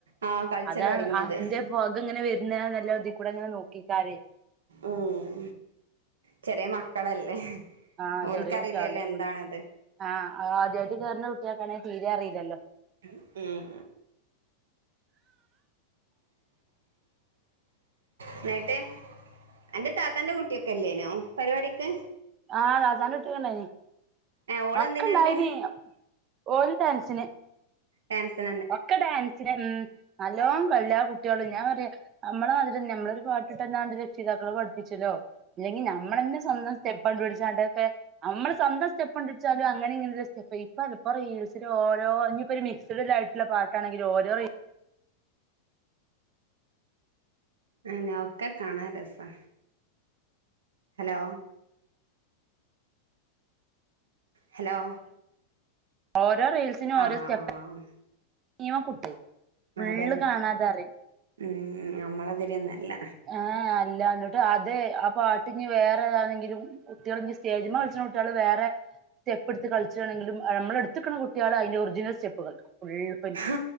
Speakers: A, on the right; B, on the right.
A: ആഹ് കളിച്ചലൊടങ്ങിയത്
B: അതാണ് അന്റെ പൊകങ്ങെനെ വെര്ന്നാണല്ലോ തികൂടെങ്ങെനെ നോക്കേയ്ക്കാരെ
A: ഊം ചെറ്യേ മക്കളെല്ലേ
B: ആഹ്
A: ഓൽക്കറീല്യല്ലോ
B: ചെറിയ കുട്ടികള
A: എന്താണത്
B: ആഹ് ആദ്യായ്ട്ട് കേറ്ണ കുട്ട്യാക്കാണെ തീരെ അറീലല്ലോ
A: ഉം ഉം ന്നേട്ട് അന്റെ താ ത്തന്റെ കുട്ട്യൊക്കെല്ലേന്യോ പര്‌വാടിക്ക്
B: ആഹ് താത്താന്റെ കുട്ട്യൊക്കെണ്ടായ്നി
A: ഏഹ് ഓളെന്തിനല്ലേ
B: ഒക്കെണ്ടായ്നി ഓല് ഡാൻസ്ന്
A: ഡാൻസാ
B: ഒക്കെ ഡാൻസ്ന് ഊം നല്ലോം ക ല്ലാ കുട്ട്യാേള് ഞാൻ പറയാ അമ്മെളെ മാത്‌ര്യെന്നെ അമ്മെളൊരു പാട്ട്ട്ടന്നാണ്ട് രക്ഷിതാക്കള് പഠ്പ്പിച്ചാെല്ലോ ഇല്ലെങ്കി ഞമ്മളെന്നെ സ്വന്തം സ്റ്റെപ്പണ്ടുട്‌ച്ചാണ്ടാെക്കെ അമ്മള് സ്വന്തം സ്റ്റെപ്പണ്ടുട്ച്ചാലും അങ്ങനിങ്ങിനില്ലെ സ്റ്റെപ്പ് ഇപ്പ അത്‌ ഇപ്പ റീൽ ഓരോ ഇനി ഇപ്പ ഒരു മിക്ഡ് ആട്ടുള്ള പാട്ടാണെങ്കിൽ ഓരോ
A: ആനെ ഒക്കെ കാണാൻ രസാ ഹലോ? ഹലോ
B: ഓരോ റീയിൽസിനും
A: ആഹ്
B: ഓരോ സ്റ്റെപ്പ്
A: ആഹ്
B: നെകെട്. ഫുള്ള്
A: അതന്നെ
B: കാണാതെ അറിം.
A: ഉം നമ്മളതിരിയൊന്നല്ല
B: ആഏ അല്ല എന്നോട്ട് അതെ ആ പാട്ട്ഞ്ഞ് വേറെ ഏതാണെങ്കിലും. കുട്ടികൾ ഇ സ്റ്റേജ് വ വിളിച്ചുന്ന കുട്ടികള് വേറെ സ്റ്റെപ്പ്ടുത്ത് കളുണെങ്കിലും നമ്മളെ എടുത് കുട്ടികള് അതിൻ്റ ഒറിജിനൽ സ്റ്റെപ്പ് കളിക്കും ഫുള്ളും.
A: ആ